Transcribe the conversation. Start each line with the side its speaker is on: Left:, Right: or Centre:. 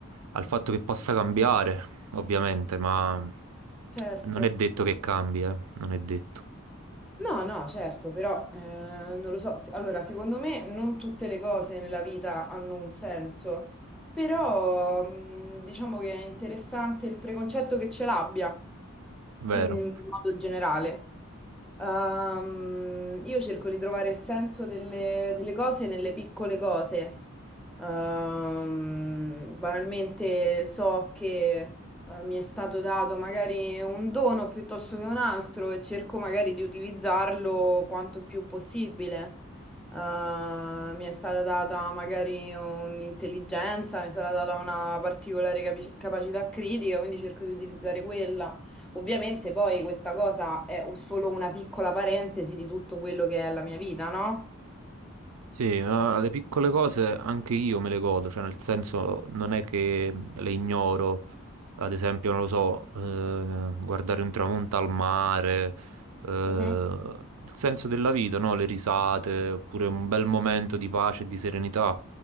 Right: al fatto che possa cambiare, ovviamente, ma
Centre: Certo.
Right: non è detto che cambi, eh, non è detto,
Centre: No, no, certo, però eh, non lo so. Se- Allora, secondo me non tutte le cose nella vita hanno un senso, però mh, diciamo che è interessante il preconcetto che ce l'abbia
Right: vero?
Centre: in modo generale. Ehm, io cerco di trovare il senso delle, delle cose nelle piccole cose. Ehm, banalmente so che eh, mi è stato dato magari un dono piuttosto che un altro e cerco magari di utilizzarlo quanto più possibile. Eh, mi è stata data magari un'intelligenza, mi è stata data una particolare capi- capacità critica, quindi cerco di utilizzare quella. Ovviamente poi questa cosa è u- solo una piccola parentesi di tutto quello che è la mia vita, no?
Right: Sì, ma le piccole cose anche io me le godo, cioè nel senso non è che le ignoro, ad esempio, non lo so, eh, guardare un tramonto al mare, eh, il
Centre: Mhm,
Right: senso della vita, no? Le risate, oppure un bel momento di pace e di serenità,